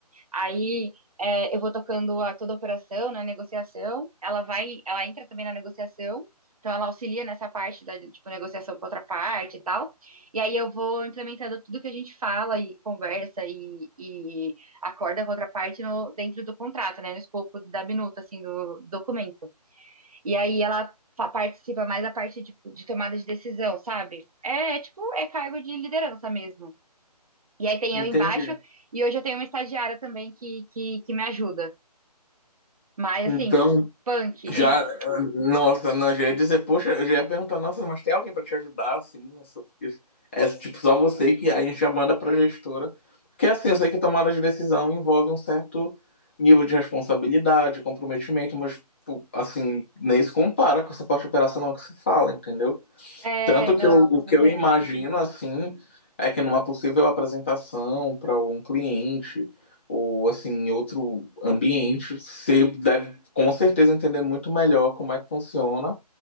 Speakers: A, on the right; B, on the left.
A: Aí é, eu vou tocando a toda a operação, né? Negociação. Ela vai, ela entra também na negociação. Então ela auxilia nessa parte da, tipo, negociação com outra parte e tal. E aí eu vou implementando tudo que a gente fala e conversa e, e acorda com outra parte no, dentro do contrato, né? No escopo da minuta, assim, do do documento. E aí ela fa- participa mais da parte de, de tomada de decisão, sabe? É, é tipo, é cargo de liderança mesmo. E aí tem
B: entendi.
A: eu embaixo, e hoje eu tenho uma estagiária também que, que, que me ajuda. Mas
B: Então,
A: assim, punk. <laughs>
B: já, nossa, não, já ia dizer, poxa, eu já ia perguntar, nossa, mas tem alguém para te ajudar, assim, nessa, porque é tipo só você que a gente já manda para gestora. Porque assim, eu sei que tomada de decisão envolve um certo nível de responsabilidade, comprometimento, mas, tipo, assim, nem se compara com essa parte operacional que se fala, entendeu?
A: É,
B: Tanto
A: não,
B: que eu, o
A: com certeza.
B: que eu imagino, assim, é que numa possível apresentação para um cliente ou, assim, em outro ambiente, você deve, com certeza, entender muito melhor como é que funciona,